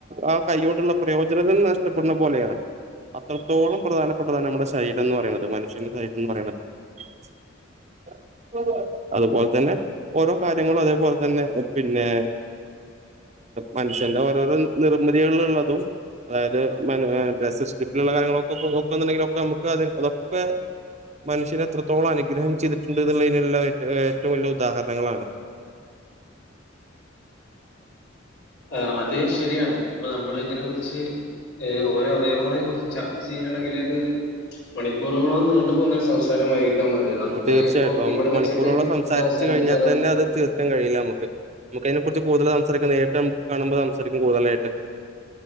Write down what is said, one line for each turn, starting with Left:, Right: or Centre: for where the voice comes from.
Right: ആ, കൈയ്യോണ്ടുള്ള- പ്രയോജനങ്ങൾ നഷ്ടപ്പെടുന്ന പോലെയാണ്. അത്രത്തോളം പ്രധാനപ്പെട്ടതാണ് നമ്മുടെ ശരീരം എന്ന്- പറയുന്നത്, മനുഷ്യന്റെ ശരീരം എന്ന് പറയുന്നത്. <inaudible> അതുപോലെത്തന്നെ ഓരോ- കാര്യങ്ങളും അതേപോലെ തന്നെ പിന്നെ, മനുഷ്യന്റെ ഓരോരോ- നിർമ്മിതികളുള്ളതും. അതായത് ഡ്രസ് സ്റ്റിപ്പിലുള്ള കാര്യങ്ങളൊക്കെ- നോക്കുന്നുണ്ടെങ്കിലൊക്കെ നമുക്ക്- അത് അതൊക്കെ. മനുഷ്യന് എത്രത്തോളം അനുഗ്രഹം ചെയ്തിട്ടുണ്ട് എന്നുള്ളതിനുള്ള ഏറ്റവും വലിയ- ഉദാഹരണങ്ങളാണ്.
Left: ആഹാ അത് ശരിയാണ്, അപ്പോ നമ്മൾ ഇതിനെ കുറിച്ച് ഓരോ, അവയവങ്ങളെ കുറിച്ചും ചർച്ച ചെയ- ചെയ്യാണെങ്കിലിത്- മണിക്കൂറുകളോളം നീണ്ട്. പോകുന്നൊരു സംസാരമായിരിക്കാം മതി നമുക്ക്,
Right: തീർച്ചയായിട്ടും
Left: ഇപ്പോ
Right: നമുക്ക്
Left: ഇവിടെ വെച്ചിട്ട്
Right: മണിക്കൂറോളം സംസാരിച്ചു
Left: ഇത് അവസാനിപ്പിച്ചാലോ?
Right: കഴിഞ്ഞാൽ തന്നെ അത് തീ- ക്കാൻ കഴിയില്ല നമുക്ക് നമുക്കതിനെ കുറിച്ച് കൂടുതൽ- സംസാരിക്കാം നേട്ടം കാണുമ്പോ- സംസാരിക്കും കൂടുതലായിട്ട്.